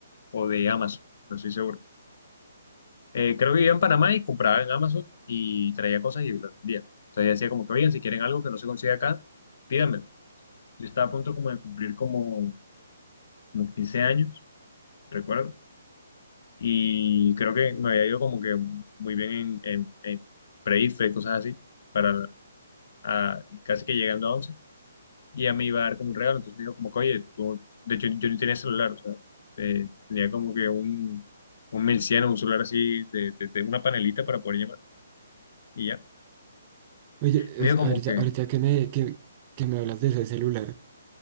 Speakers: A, on the left; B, on the right.
A: o de Amazon, no estoy seguro. Eh, creo que vivía en Panamá y compraba en Amazon y traía cosas y las vendía. Entonces ella decía como que, oigan, si quieren algo que no se consigue acá, pídanmelo. Yo estaba a punto como de cumplir como, como 15 años, recuerdo, y creo que me había ido como que muy bien en, en, en pre-IFE, cosas así, para, a- casi que llegando a once y a mí iba a dar como un regalo, entonces me dijo como que, oye, tú, de hecho yo no tenía celular, o sea, eh, tenía como que un, un 1100, un celular así, de, de- de una panelita para poder llamar, y ya.
B: Oye, es-
A: Me dijo como
B: ahorita,
A: que,
B: ahorita que me, que, que me hablas de ese celular,